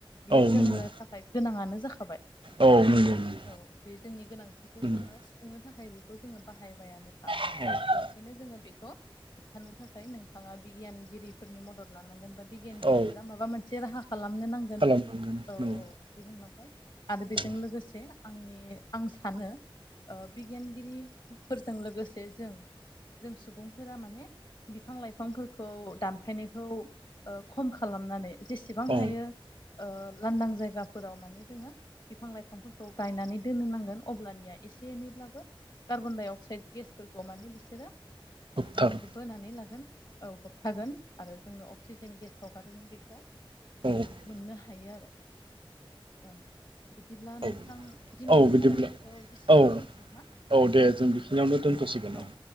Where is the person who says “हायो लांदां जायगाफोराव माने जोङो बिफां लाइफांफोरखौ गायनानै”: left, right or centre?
Left